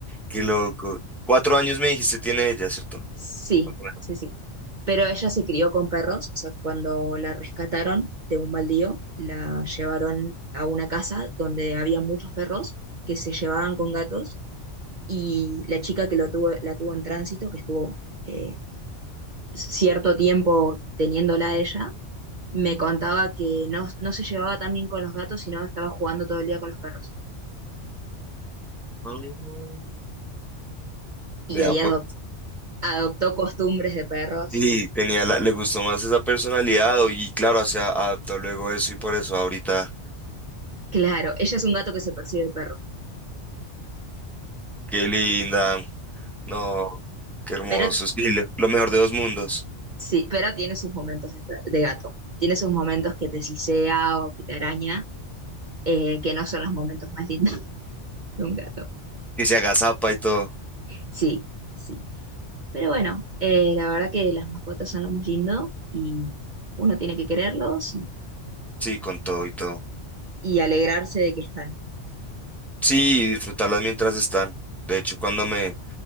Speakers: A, in the centre; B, on the right (about 45°).
A: qué loco. Cuatro años me dijiste tiene ella, ¿cierto?
B: Sí,
A: Cuatro
B: sí, sí. Pero ella se crió con perros, o sea, cuando la rescataron de un baldío, la llevaron a una casa donde había muchos perros que se llevaban con gatos y la chica que lo tuvo, la tuvo en tránsito, que estuvo eh, cierto tiempo teniéndola a ella, me contaba que no, no se llevaba tan bien con los gatos, sino estaba jugando todo el día con los perros.
A: años. Mm. Vea
B: Y ahí
A: pues.
B: ado- adoptó costumbres de perros
A: Sí,
B: y es-
A: tenía la- le gustó más esa personalidad o- y claro, se a- adaptó luego eso y por eso ahorita,
B: claro, ella es un gato que se percibe de perro,
A: qué linda. No, qué hermoso.
B: pero
A: Sí, lo lo mejor de dos mundos.
B: sí, pero tiene sus momentos de, per- de gato. Tiene sus momentos que te sisea o que te araña, eh, que no son los momentos más lindos <laughs> de un gato.
A: Que se agazapa y todo.
B: Sí, sí. Pero bueno, eh, la verdad que las mascotas son lo más lindo y uno tiene que quererlos y,
A: Sí, con todo y todo.
B: y alegrarse de que están.
A: Sí, y disfrutarlas mientras están. De hecho, cuando me,